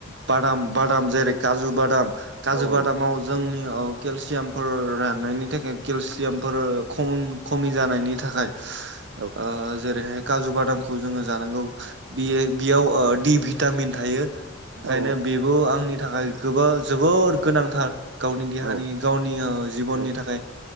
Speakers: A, on the right (about 60°); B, on the right (about 70°).
A: बादाम बादाम जेरै काजु बादाम काजु
B: औ
A: बादामाव जोंनि औ केलसियामफोर राननायनि थाखाय केलसियामफोर खम खमि जानायनि थाखाय
B: औ
A: ओ जेरैहाय काजु बादामखौ जोङो जानांगौ बियो बियाव दि भिटामिन थायो ओंखायनो
B: औ
A: बेबो आंनि थाखाय गोबो जोबोर गोनांथार गावनि देहानि
B: औ
A: गावनि ओ जिबननि
B: औ
A: थाखाय